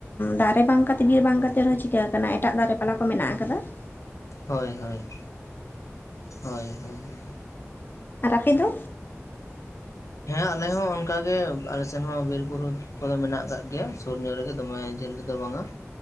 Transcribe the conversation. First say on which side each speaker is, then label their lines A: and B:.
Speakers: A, on the left; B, on the left.
A: ᱫᱟᱨᱮ ᱵᱟᱝ ᱠᱟᱛᱮᱫ ᱵᱤᱨ ᱵᱟᱝ ᱠᱟᱛᱮᱫ ᱨᱮᱦᱚᱸ ᱪᱤᱠᱟᱹ ᱠᱟᱱᱟ ᱮᱴᱟᱜ ᱫᱟᱨᱮ ᱯᱟᱞᱟ ᱠᱚ ᱢᱮᱱᱟᱜ ᱟᱠᱟᱫᱟ ᱾
B: ᱦᱳᱭ ᱦᱳᱭ ᱦᱳᱭ ᱦᱳᱭ ᱾
A: ᱟᱨ ᱟᱯᱮ ᱫᱚ?
B: ᱦᱮᱸ ᱟᱞᱮ ᱦᱚᱸ ᱚᱱᱠᱟᱜ ᱜᱮ ᱟᱞᱮᱥᱮᱜ ᱦᱚᱸ ᱵᱤᱨ ᱵᱩᱨᱩ ᱠᱚᱫᱚ ᱢᱮᱱᱟᱜ ᱟᱠᱟᱫ ᱜᱮᱭᱟ ᱥᱩᱨ ᱧᱚᱜ ᱨᱮᱜᱮ ᱫᱚᱢᱮ ᱡᱷᱟᱹᱞ ᱫᱚ ᱵᱟᱝᱟ